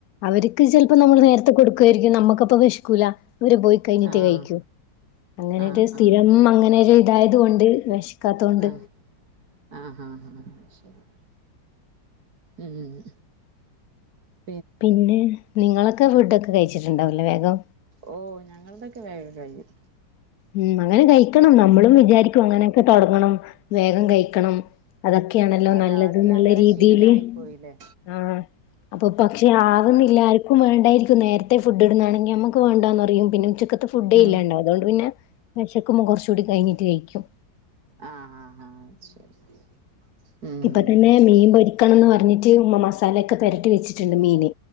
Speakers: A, on the left (about 75°); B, on the right (about 55°).
A: അവർക്ക് ചെലപ്പോ നമ്മൾ നേരത്തെ കൊടുക്കുവായിരിക്കും നമ്മുക്കപ്പം വെഷക്കൂല അവര് പോയി കഴിഞ്ഞിട്ട്
B: ആഹ്
A: കഴിക്കു അങ്ങനെ
B: ആഹ്
A: ഒരു സ്ഥിരം
B: ആഹ്
A: അങ്ങനെ ഒരു ഇതായത് കൊണ്ട് വെശക്കാത്തോണ്ട്
B: ആഹ് ആഹ് ഹാ- ഹാ ശരി ഉം ഉം ഉം
A: പിന്നെ നിങ്ങളൊക്കെ ഫുഡൊക്കെ കഴിച്ചിട്ടുണ്ടാവല്ലേ വേഗം
B: ഓ ഞ ങ്ങൾടെക്കെ വേഗം കഴിയും.
A: ഉം അങ്ങനെ കഴിക്കണം നമ്മളും വിചാരിക്കും അങ്ങനെയൊക്കെ തൊടങ്ങണം വേഗം കഴിക്കണം അതൊക്കെയാണല്ലോ
B: അത്
A: നല്ലത്
B: ആദ്യം
A: ന്നുള്ള
B: അങ്ങനെ
A: രീതിയില്.
B: ശീലായി പോയില്ലേ
A: ആഹ് അപ്പൊ പക്ഷെ ആകുന്നില്ലാര് ക്കും വേണ്ടായിരിക്കും നേരത്തെ ഫുഡ് ഇടുന്നാണെങ്കി നമുക്ക് വേണ്ടാന്നറിയും പിന്നെ ഉച്ചക്കത്തെ ഫുഡേ
B: ഉം
A: ഇല്ലാണ്ടാവും അതോണ്ട് പിന്നെ വെശക്കുമ്പോ കൊറച്ച് കൂടി കഴിഞ്ഞിട്ട് കഴിക്കും.
B: ആഹ് ആഹ് ആഹ് ശരി ഉം
A: ഇപ്പ തന്നെ മീൻ പൊരിക്കണംന്ന് പറഞ്ഞിട്ട് ഉമ്മ മസാലയൊക്കെ പെരട്ടി വെച്ചിട്ടുണ്ട് മീന്.